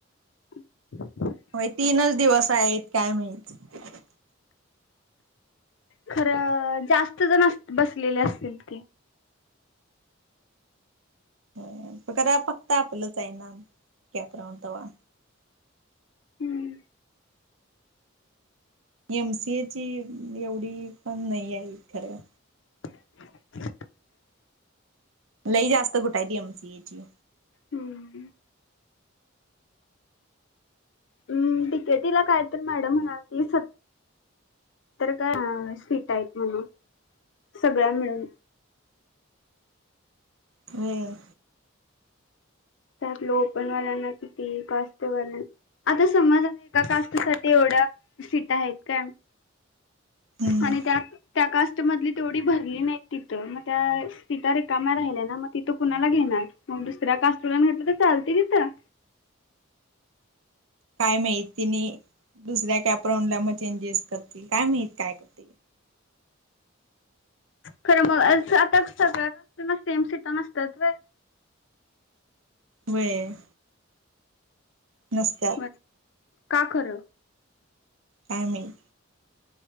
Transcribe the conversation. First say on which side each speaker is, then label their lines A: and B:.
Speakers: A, on the left; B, on the right.
A: <inaudible> <unintelligible>
B: होयं तीनंच दिवसं आहेतं कायं माहित
A: खरं जास्तं जणं असं बसलेले असतील की.
B: हो खरं फक्तं आपलंच आहे नां कॅप राऊंड तवां.
A: हम्मं
B: एमसीएची एवढी पणं नाहीं आहे खरं.
A: <inaudible> <unintelligible>
B: लई जास्तं कुठांयत एमसीएची.
A: हम्मं हम्मं हम्मं डीकेटीला कायं तरं मॅडम म्हणांलती स. त्तरं कां हां शीटा आहेतं म्हणूंन सगळ्यां मिळूंन.
B: व्हयं
A: ते आपल्या ओपनवाल्यांना किती कास्तंवाल्या. आंता समजं एकां कास्टंसाठी एवढ्यां सीट आहेतं कायं
B: हम्म
A: आणि त्यांत त्यां कास्टंमधली तेवढी भरली नाहीं तिथं मंग त्यां तिथं सीटां रिकाम्यां राहिल्यां नां मगं तिथं कुणांला घेणारं. मग दुसऱ्या कास्तवाल्यांना <unintelligible> घेतलं तर चालतय तिथं
B: काय माहिती नाही दुसऱ्या प्रोग्राम ला <unintelligible> मग चेंजेस करतील. काय माहीत काय करतील.
A: खरं मग आता सगळ्या सीटाना <unintelligible> सेम सीटा नसतात व्हय
B: व्हय नसत्या
A: मग का खरं
B: काय माहित